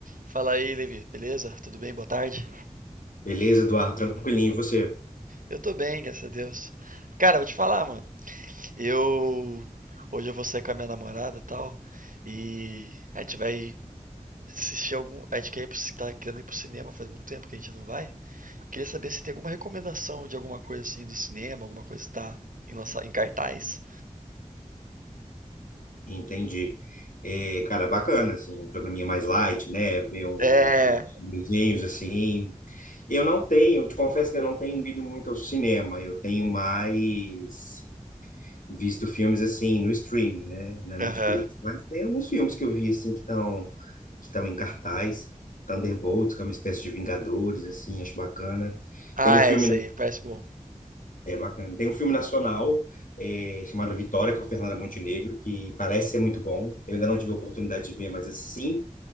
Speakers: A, on the right; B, on the left.
A: Fala aí, Levi. Beleza? Tudo bem? Boa tarde.
B: Beleza, Eduardo? Tranquilinho, e você?
A: Eu tô bem, graças a Deus. Cara, vou te falar, mano. Eu hoje eu vou sair com a minha namorada, e tal, e a gente vai assistir algum, a gente quer ir pro, tá querendo ir pro cinema, faz muito tempo que a gente não vai. Queria saber se tem alguma recomendação de alguma coisa assim do cinema, alguma coisa que tá em lança- em cartaz.
B: Entendi. É, cara, bacana, assim, um programinha mais light, né? Ver um, um,
A: É.
B: uns filmezinhos, assim. Eu não tenho, eu te confesso que eu não tenho ido muito ao cinema. Eu tenho mais visto filmes, assim, no streaming, né? Na Netflix.
A: Aham.
B: Mas tem alguns filmes que eu vi, assim, que estão que estão em cartaz. Thunderbolts, que é uma espécie de Vingadores, assim, acho bacana.
A: Ah,
B: Tem um filme
A: esse aí parece bom.
B: É bacana. Tem um filme nacional eh, chamado Vitória com a Fernanda Montenegro, que parece ser muito bom. Eu ainda não tive a oportunidade de ver, mas assim